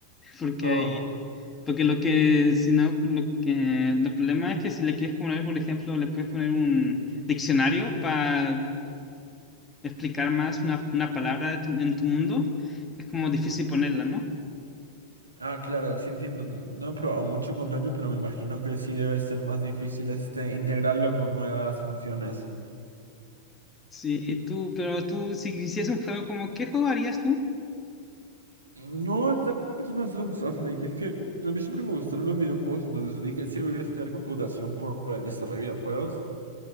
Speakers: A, on the left; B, on the right.
A: porque
B: Oh,
A: hay, porque lo que, si no, lo que, el problema es que si le quieres poner, por ejemplo, le puedes poner un diccionario para explicar más una, una palabra de tu- en tu mundo, es como difícil ponerla, ¿no?
B: ah, claro, sí entiendo. No he probado mucho con Rempic, pero me imagino que sí debe ser más difícil este integrarlo con nuevas funciones.
A: Sí, y tú, pero tú, si hicieras un juego, como, ¿qué juego harías tú?
B: No estaba pensando en hacer un Souls-like. Es que a mí siempre me gustaron los videojuegos, entonces dije, sí, voy a estudiar computación por el desarrollo de videojuegos.